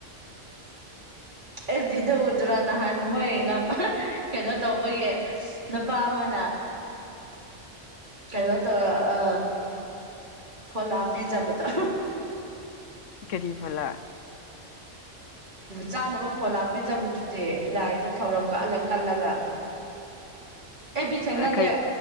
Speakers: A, on the right; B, on the left.
A: ꯑꯦꯐꯕꯤꯗ ꯎꯗ꯭ꯔꯣ ꯅꯍꯥꯟ ꯃꯣꯏ ꯀꯩꯅꯣ ꯇꯧꯕꯒꯤ ꯅꯨꯄꯥ ꯑꯃꯅ ꯀꯩꯅꯣ ꯇꯧꯔ ꯑ ꯐꯣꯂꯥꯥ ꯄꯤꯖꯕꯗꯣ
B: ꯀꯔꯤ ꯐꯣꯂꯥ
A: ꯆꯥꯅꯕ ꯐꯣꯟꯂꯥ ꯄꯤꯖꯕꯗꯨꯗꯤ ꯂꯥꯏꯗ ꯊꯧꯔꯝ ꯀꯠꯂ ꯀꯠꯂꯒ ꯑꯦꯐ ꯕꯤ ꯊꯦꯡꯅꯗꯦ
B: ꯀꯩ